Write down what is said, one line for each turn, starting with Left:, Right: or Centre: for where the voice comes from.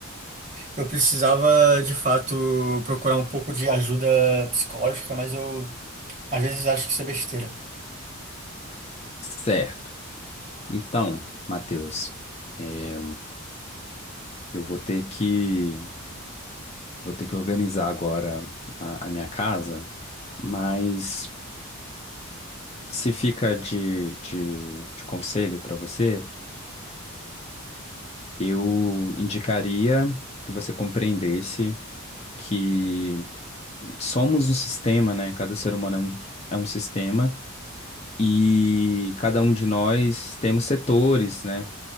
Right: Eu precisava, de fato, procurar um pouco de ajuda psicológica, mas eu às vezes acho que isso é besteira.
Left: Certo. Então, Matheus, é, eu vou ter que, vou ter que organizar agora a, a minha casa, mas se fica de, de, de conselho para você, eu indicaria que você compreendesse que somos um sistema, né? Cada ser humano é um, é um sistema. e cada um de nós temos setores, né?